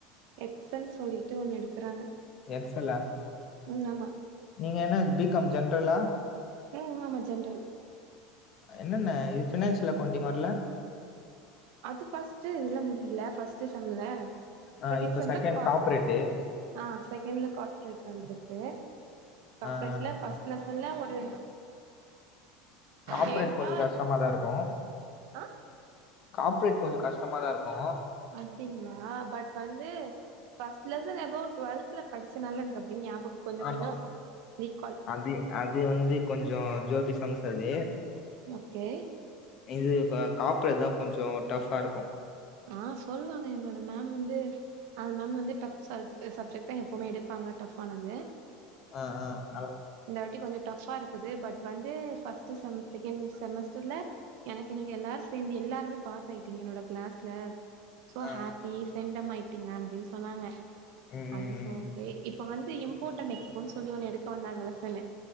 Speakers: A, on the right; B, on the left.
A: எக்ஸ்ன் சொல்லிட்டு ஒண்ணு எடுக்குறாங்க
B: எக்ஸல்லா
A: ம் ஆமா
B: நீங்க என்ன பி காம் ஜென்ரலா
A: ம் ஆமா ஜென்ரல்
B: என்னங்க இது ஃபினான்சியல் அக்கவுண்டிங் வர்ல
A: அது ஃபர்ஸ்ட்டு இதுல முடிஞ்சல ஃபர்ஸ்ட்டு செம்ல
B: ஆ
A: செகண்ட்
B: இப்ப
A: செம்ல
B: செகண்
A: கா
B: காப்ரேட்டு
A: ஆ செகண்ட்ல கார்ப்ரேட் வந்திருக்கு கார்ப்ரேட்ல
B: ஆ ஆ
A: ஃபஸ் ட் லசன்ல ஒரு
B: காப்ரேட்
A: கேட்டா
B: கொஞ்சோ கஷ்டமாதா இருக்கு
A: ஆ
B: காப்ரேட் கொஞ்சோ கஷ்டமா தா இருக்கு
A: அப்டிங்களா பட் வந்து ஃபஸ்ட் லெசன் எபோ டுவெல் த்ல படிச்சனால எனக்கு அப்டி ஞாபக கொஞ்சோ
B: ஆமா
A: கொஞ்சோ ரீகால்
B: அது அது வந்து கொஞ்சோ ஜோபி சம்ஸ் அது
A: ஓக்கே
B: இது காப்ரேட்தா கொஞ்சோ டஃப்பா இருக்கு
A: ஆ சொல்லுவாங்க எங்ளோட மேம் வந்து அது மேம் வந்து டஃப் ச சப்ஜெக்ட் தா எப்புமே எடுப்பாங்க டஃப் ஆனது
B: ஆ ஆ அ
A: இந்த வாட்டி கொஞ்சோ டஃப்பா இருக்குது பட் வந்து ஃபர்ஸ்ட்டு செம் செகண்ட் செமஸ்டர்ல எனக்கு நீங்க எல்லாரு சேந்து எல்லாருமே பாஸ் ஆயிட்டீங்க என்னோட கிளாஸ்ல சோ
B: ஆ ஆ
A: ஹேப்பி செண்டம் ஆய்ட்டீங்க அப்டின் சொன்னாங்க
B: ம் ம்
A: அது ஸ்
B: ம்
A: ஓக்கே இப்போ வந்து இம்போர்ட் அன் எக்ஸ்போ சொல்லி ஒன்னு எடுக்க வந்தாங்க லெசன்னு